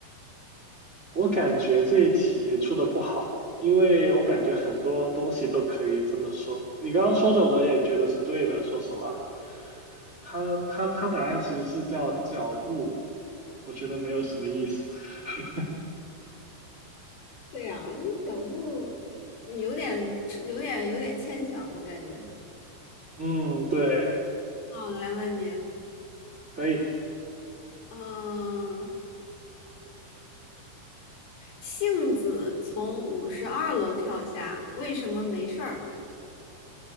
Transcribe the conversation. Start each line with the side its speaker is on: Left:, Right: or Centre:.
Right: 我感觉这一题出的不好，因为我感觉很多东西都可以这么说。你刚刚说的我也觉得是对的，说实话，它它它答案其实是叫角度，我觉得没有什么意思。<laughs>
Left: 对呀、这角度，嗯有点有点有点牵强，我感觉。
Right: 嗯，对，
Left: 那我来问你，
Right: 可以。
Left: 嗯、杏子从五十二楼跳下，为什么没事儿？